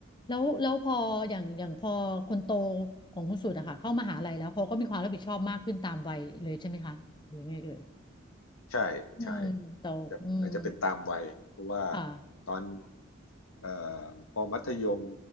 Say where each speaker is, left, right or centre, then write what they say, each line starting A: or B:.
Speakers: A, on the left; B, on the left.
A: แล้วแล้วพออย่างอย่างพอคนโตของคุณสุดอะค่ะเข้ามหาลัยแล้วเขาก็มีความรับผิดชอบมากขึ้นตามวัยเลยใช่ไหมคะหรือไงเอ่ย
B: ใช่ใช่
A: อืมโตอืม
B: จะน่าจะเป็นตามวัยเพราะว่า
A: ค่ะ
B: ตอนเอ่อพอมัธยม